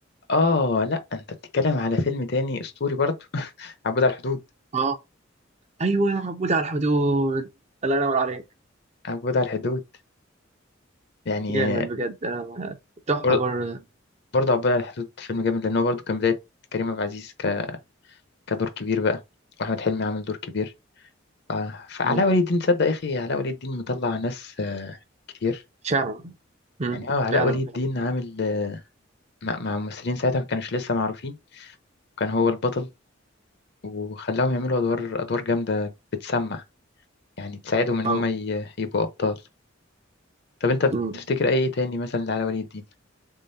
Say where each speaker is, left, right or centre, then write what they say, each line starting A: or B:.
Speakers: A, on the left (about 60°); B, on the right (about 35°).
A: اه لا انت بتتكلم على فيلم تاني اسطوري برضه <laughs> عبود على الحدود
B: اه ايوه عبود على الحدود الله ينور عليك
A: عبود على الحدود يعني
B: جامد بجد آه، تحفه
A: بر-
B: برضه
A: برضه عبود على الحدود فيلم جامد لان هو برضه كان بدايه كريم عبد العزيز ك... كدور كبير بقى واحمد حلمي عامل دور كبير ف... فعلاء
B: مم.
A: ولي الدين تصدق يا اخي علاء ولي الدين مطلع ناس آه، كتير
B: شعر مم.
A: يعني اه علاء
B: فعلا
A: ولي
B: فعلا
A: الدين عامل آه، مع, مع ممثلين ساعتها ما كانوش لسه معروفين وكان هو البطل وخلاهم يعملوا ادوار ادوار جامده بتسمع يعني تساعدهم ان
B: اه
A: هم ي... يبقوا ابطال طب انت
B: مم.
A: بتفتكر اي تاني مثلا لعلاء ولي الدين